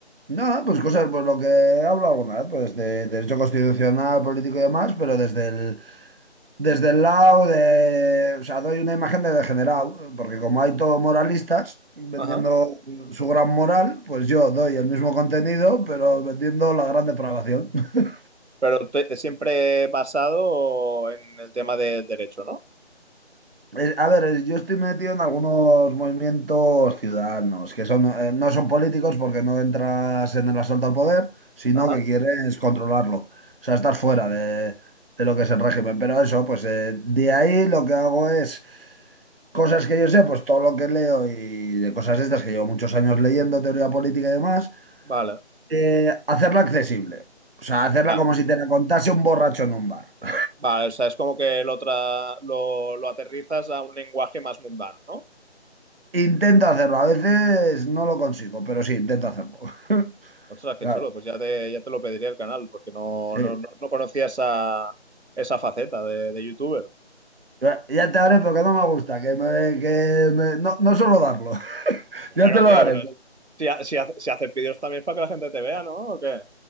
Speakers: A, on the right (about 55°); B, on the right (about 75°).
A: Nada, pues cosas, pues lo que hablo alguna vez, pues de derecho constitucional, político y demás, pero desde el, desde el lado de, o sea, doy una imagen de degenerado, porque como hay todo moralistas vendiendo
B: Ajá.
A: su gran moral, pues yo doy el mismo contenido, pero vendiendo la gran depravación. <laughs>
B: Pero te- siempre basado en el tema del derecho, ¿no?
A: Eh, A ver, eh, yo estoy metido en algunos movimientos ciudadanos, que son, eh, no son políticos porque no entras en el asalto al poder, sino
B: Ajá.
A: que quieres controlarlo. O sea, estás fuera de, de lo que es el régimen. Pero eso, pues eh, de ahí lo que hago es... Cosas que yo sé, pues todo lo que leo y de cosas estas que llevo muchos años leyendo, teoría política y demás,
B: Vale,
A: eh, hacerla accesible. O sea, hacerla
B: ya.
A: como si te la contase un borracho en un bar. <laughs>
B: Vale, o sea, es como que lo, tra- lo, lo aterrizas a un lenguaje más mundano, ¿no?
A: Intento hacerlo, a veces no lo consigo, pero sí, intento hacerlo. <laughs>
B: Ostras, qué
A: Claro,
B: chulo, pues ya te, ya te lo pediría el canal, porque no,
A: sí.
B: no, no, no conocía esa, esa faceta de, de youtuber.
A: Ya ya te haré porque no me gusta, que me, que me- no, no suelo darlo. <laughs>
B: Bueno,
A: Ya te lo
B: tío,
A: daré.
B: pero si, ha- si, hace- si haces vídeos también es para que la gente te vea, ¿no? ¿O qué?